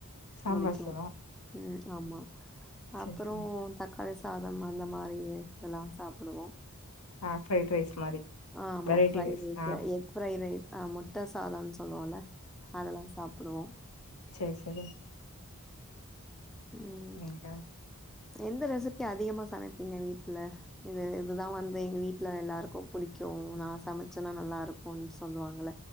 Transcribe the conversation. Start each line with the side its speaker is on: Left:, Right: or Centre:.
Left: சாம்பார்
Centre: முடிக்கு
Left: சாதோ
Centre: ம் ஆமா
Left: சரி
Centre: அப்புறோ
Left: சரி
Centre: தக்காளி சாதம் அந்த மாரி இதெல்லா சாப்புடுவோ
Left: ஆ ஃபிரைட் ரைஸ் மாரி
Centre: ஆ ஆமா
Left: வெரைட்டி
Centre: ஃபிரைரைஸ்
Left: ரைஸ் ஆ
Centre: தா எக்ஃபிரை ரைஸ் தா ஆ முட்ட சாதம்னு சொல்லுவோல அதெல்லா சாப்புடுவோ
Left: செரி செரி
Centre: ம்
Left: சரிங்க்கா
Centre: எந்த ரெசிபி அதிகமா சமைப்பிங்க வீட்ல இது இதுதா வந்து எங்க வீட்ல எல்லாருக்கு புடிக்கு நா சமச்சன்னா நல்லா இருக்குன் சொல்லுவாங்கள